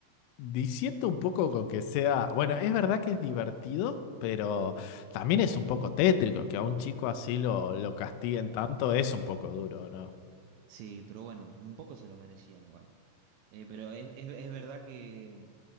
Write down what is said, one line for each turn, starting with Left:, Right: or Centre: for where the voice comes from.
Left: Diciendo un poco con que sea, bueno, es verdad que es divertido, pero también es un poco tétrico que a un chico así lo, lo castiguen tanto, es un poco duro, ¿no?
Right: Sí, pero bueno, un poco se lo merecían igual. Eh, pero es, es- es verdad que